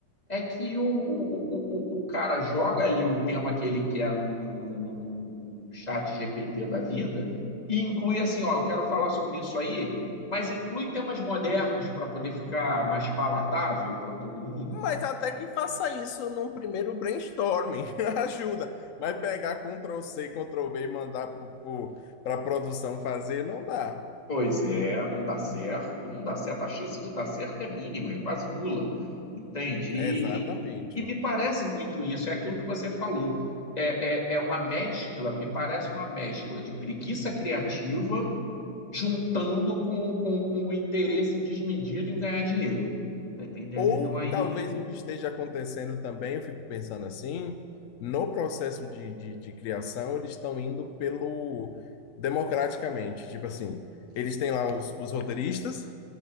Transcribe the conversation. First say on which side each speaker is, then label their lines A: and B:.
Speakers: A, on the left (about 20°); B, on the left (about 85°).
A: é que o, o, o, o o cara joga ali o tema que ele quer no, no, no, no, no- no chat GPT da vida e inclui assim, ó, eu quero falar sobre isso aí, mas inclui temas modernos para poder ficar mais palatável para todo mundo.
B: Mas até que faça isso num primeiro brainstorming, <laughs> ajuda. Mas pegar Ctrl+C, Ctrl+V e mandar para a produção fazer, não dá.
A: Pois é, não dá certo, não dá certo. A chance de dar certo é mínima, é quase nula, entende? E,
B: Exatamente.
A: e- e me parece muito isso, é aquilo que você falou. É, é, é uma mescla, me parece uma mescla de preguiça criativa juntando com, com, com o interesse desmedido em ganhar dinheiro. Tá entendendo?
B: Ou
A: Então aí.
B: talvez o que esteja acontecendo também, eu fico pensando assim, no processo de, de, de criação, eles estão indo pelo democraticamente. Tipo assim, eles têm lá os, os roteiristas